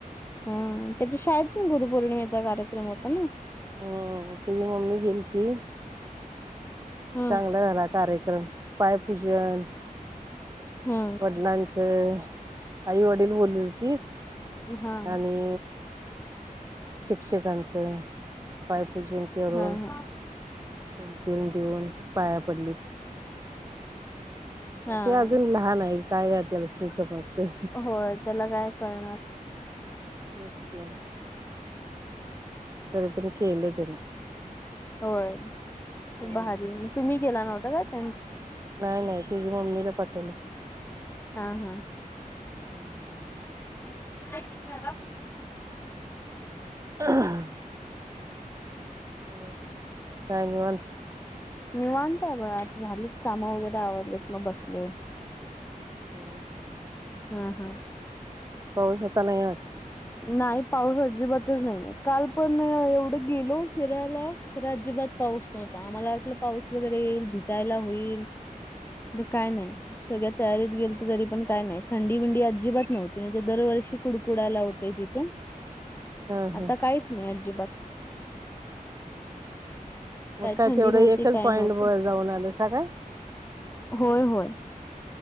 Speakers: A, on the left; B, on the right.
A: हा. त्याच्या शाळेत पण गुरुपौर्णिमेचा कार्यक्रम होता ना?
B: हम्म. तिझी मम्मी गेलती.
A: हा
B: चांगला झाला कार्यक्रम. पायपूजन
A: हा
B: वडिलांचं. आईवडील बोलवीलतीत.
A: हा
B: आणि शिक्षकांचं, पायपूजन केरुन
A: हा हा
B: फुल तेन देऊन, पाया पडलीत.
A: हा
B: ते अजून लहानय. काय त्याला समजतय.
A: होय त्याला काय कळणार
B: तेच की. तरी पण केलं त्यानी.
A: होय.
B: हम्म.
A: भारीय मग. तुम्ही गेला नव्हता काय, त्यान
B: नाही, नाही. तिझ मम्मीला पाठवलं होतं.
A: हा, हा, हा.
B: हम्, हम, हम.
A: <unintelligible>
B: <unintelligible> मग काय निवांत?
A: निवांत आहं बघा आता झालीच कामं वगैरे आवरलीत मग बसलोय.
B: हम् हम्.
A: हा हा
B: पाऊस आता नाही वाटत?
A: नाही पाऊस अजिबातच नाही काल पण एवढं गेलो फिरायला, अजिबात पाऊस नव्हता आम्हाला वाटलं पाऊस वगैरे येईल भिजायला होईल.
B: <unintelligible>
A: काय नाही. सगळ्या तयारीत गेलतो तरी पण काय नाही थंडी बिडी अजिबात नव्हती नाही तर दरवर्षी कुडकुडायला होतं. ते तिथे
B: हा
A: आता
B: हा.
A: काहीच नाही अजिबात. <unintelligible>
B: मग काय
A: थंडी
B: तेवढं
A: नव्हती
B: एकच
A: काय
B: पॉईंट
A: नव्हतं
B: ब जाऊन आलंसा काय?
A: होय होय.